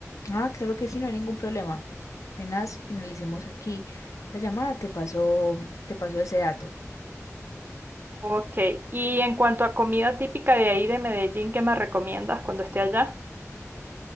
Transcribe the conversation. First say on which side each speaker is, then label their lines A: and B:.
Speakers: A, on the left (about 75°); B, on the right (about 40°).
A: Ah, claro que sí, no hay ningún problema. Apenas finalicemos aquí la llamada, te pasó, te pasó ese dato.
B: Ok, y en cuanto a comida típica de ahí de Medellín, ¿qué me recomiendas cuando esté allá?